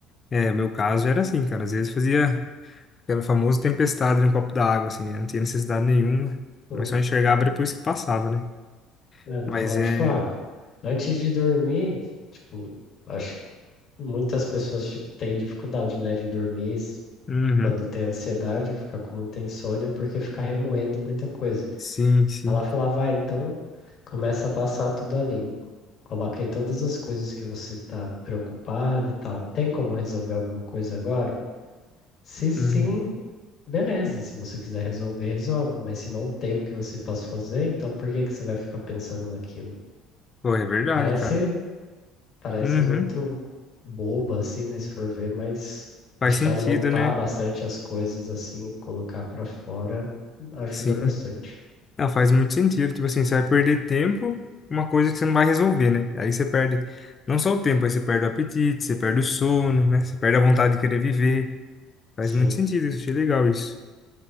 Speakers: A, on the left; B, on the left.
A: É, meu caso era assim, cara. Às vezes fazia aquela famosa tempestade no copo da água, assim. Eu não tinha necessidade nenhuma,
B: Hum,
A: mas só enxergava depois que passava, né?
B: Ela
A: Mas
B: falava,
A: é.
B: tipo, ah, antes de dormir, tipo, acho Muitas pessoas ti- têm dificuldade, né, de dormir s-
A: Uhum.
B: quando tem ansiedade, fica com muita insônia, porque fica remoendo muita coisa.
A: Sim, sim.
B: Ela falava, ah, então começa a passar tudo a limpo. Coloquei todas as coisas que você está preocupado e tal. Tem como resolver alguma coisa agora? Se sim,
A: Uhum.
B: beleza. Se você quiser resolver, resolve. Mas se não tem o que você possa fazer, então por que que você vai ficar pensando naquilo?
A: Pô, é verdade,
B: Parece
A: cara.
B: parece
A: Uhum.
B: muito boba, assim, né? Se for ver, mas
A: Faz
B: acho
A: sentido,
B: que anotar
A: né?
B: bastante as coisas, assim, colocar pra fora, ajuda
A: Sim.
B: bastante.
A: Não, faz muito sentido. Tipo assim, você vai perder tempo, uma coisa que você não vai resolver, né? Aí você perde não só o tempo, aí você perde o apetite, você perde o sono, né? Você perde a vontade de querer viver. Faz
B: Sim.
A: muito sentido isso. Achei legal isso.